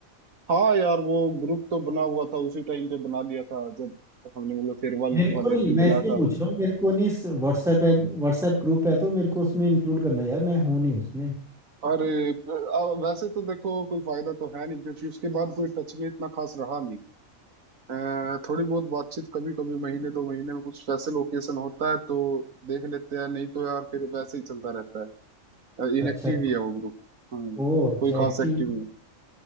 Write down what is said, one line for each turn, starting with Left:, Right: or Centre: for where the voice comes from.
Right: हाँ यार वो ग्रुप तो बना हुआ था उसी टाइम पे बना लिया था जब हमने मतलब फेयरवेल
Centre: मेरे को
Right: वाले
Centre: नहीं
Right: दिन
Centre: मैं
Right: बनाया
Centre: इसलिए
Right: था
Centre: पूछ रहा हूँ मेरे को नहीं इस व्हाट्सएप है व्हाट्सएप ग्रुप है तो मेरे को उसमें इंक्लूड करना है यार मैं हूँ नहीं उसमें
Right: अरे अ, वैसे तो देखो कोई फायदा तो है नहीं क्योंकि उसके बाद कोई टच में इतना खास रहा नहीं अ, थोड़ी बहुत बातचीत कभी कभी महीने दो महीने में कुछ स्पेशल ओकेशन होता है तो देख लेते हैं नहीं तो यार फिर वैसे ही चलता रहता है इनएक्टिव
Centre: अच्छा तो
Right: ही है वो ग्रुप हाँ
Centre: ओ अच्छा
Right: कोई
Centre: एक्टिव
Right: खास एक्टिव नहीं है।